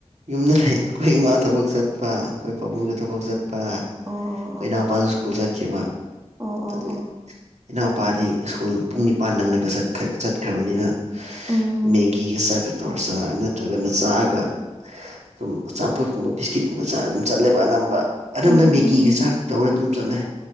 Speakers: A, on the right; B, on the right.
A: ꯌꯨꯝꯗ ꯂꯩ ꯑꯩꯈꯣꯏ ꯏꯃꯥ ꯊꯕꯛ ꯆꯠꯄ ꯑꯩꯈꯣꯏ ꯄꯥꯕꯨꯡꯁꯨ ꯊꯕꯛ ꯆꯠ ꯄꯥ ꯑꯩꯈꯣꯏ
B: ꯑꯣ
A: ꯏꯅꯥꯎꯄꯥꯁꯨ ꯁ꯭ꯀꯨꯜ ꯆꯠꯈꯤꯕ
B: ꯑꯣ ꯑꯣ ꯑꯣ
A: ꯑꯗꯨꯢ
B: ꯑꯣ
A: ꯏꯅꯥꯎꯄꯥꯗꯤ ꯁ꯭ꯀꯨꯜ ꯄꯨꯡ ꯅꯤꯄꯥꯟ ꯅꯪꯅꯕ ꯆꯠꯈꯥ ꯆꯠꯈ꯭ꯔꯥꯕꯅꯤꯅ
B: ꯎꯝ
A: ꯃꯦꯒꯤꯒ ꯆꯥꯛꯀ ꯇꯧꯔ ꯆꯥꯔ ꯅꯠꯇ꯭ꯔꯥꯒꯅ ꯆꯥꯒ ꯑꯗꯨꯝ ꯑꯆꯥꯄꯣꯠꯀꯨꯝꯕ ꯕꯤꯁꯀꯤꯠꯀꯨꯝꯕ ꯆꯥꯔ ꯑꯗꯨꯝ ꯆꯠꯂꯦꯕ ꯑꯅꯝꯕ ꯑꯅꯝꯕ
B: ꯎꯝ
A: ꯃꯦꯒꯤꯒ
B: ꯎꯝ ꯎꯝ
A: ꯆꯥꯛ ꯇꯧꯔ ꯗꯨꯝ ꯆꯠꯂꯦ